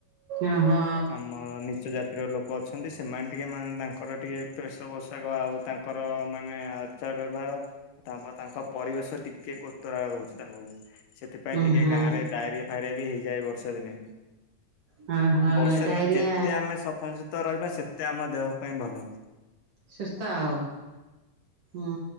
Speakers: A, on the right; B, on the left.
A: ଓହୋ
B: ଆମ ନିଚ ଜାତି ଲୋକ ଅଛନ୍ତି, ସେମାନେ ଟିକେ ମାନେ ତାଙ୍କର ଟିକେ ବେସ ପୋଷାକ ଆଉ ତାଙ୍କର ମାନେ ଆଚ ବ୍ୟବହାର, ତା ତାଙ୍କ ପରିବେଶ ଟିକେ କତରା ରହୁଛି ତାଙ୍କର, ସେଥିପାଇଁ
A: ଉଁ
B: ଟିକେ
A: ହୁଁ।
B: ଗାଁ ରେ ଡାଇରିଆ ଫାଇରିଆ ବି ହେଇଯାଏ ବର୍ଷା ଦିନେ,
A: ଓହୋ
B: ବର୍ଷା
A: ଡାଇରିଆ
B: ଦିନ ଯେତେ ଆମେ ସଫାସ ତ ରହିବା, ସେତେ ଆମ ଦେହ ପାଇଁ ଭଲ ।
A: ସୁସ୍ଥ ଆଉ ହୁଁ